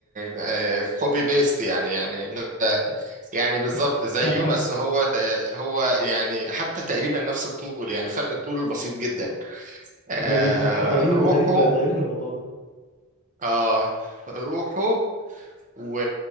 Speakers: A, on the right; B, on the left.
A: آه كوبي بيست يعني يعني يعني بالظبط
B: <laughs>
A: زيه بس هو ت- هو يعني حتى تقريبا نفس الطول يعني فرق الطول بسيط جدا آه
B: غريبه غريب
A: روحه
B: غريبه غريبه الموضوع ده
A: آه روحه و,